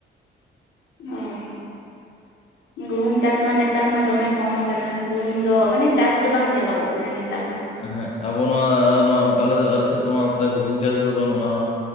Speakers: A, on the left; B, on the left.
A: ᱚᱻ ᱦᱚ ᱾
B: <inaudible>
A: ᱜᱩᱦᱩᱢ ᱪᱟᱥ ᱢᱟ ᱱᱮᱛᱟᱨ ᱢᱟ ᱫᱚᱢᱮ ᱠᱚᱢ ᱟᱠᱟᱱᱟ, ᱜᱩᱦᱩᱢ ᱫᱚ ᱢᱟᱱᱮ ᱪᱟᱥ ᱜᱮ ᱵᱟᱝ ᱧᱮᱞᱚᱜᱚᱜ ᱠᱟᱱᱟ ᱱᱮᱛᱟᱨ ᱢᱟ ᱾
B: ᱦᱮᱸ ᱟᱵᱚ ᱱᱚᱣᱟ, ᱱᱚᱣᱟ ᱟᱞᱮ ᱟᱞᱮ ᱥᱮᱫ ᱫᱚ ᱢᱟ ᱱᱚᱛᱮ ᱜᱩᱦᱩᱢ ᱪᱟᱥ ᱫᱚ ᱵᱟᱹᱱᱩᱜᱼᱟ ᱾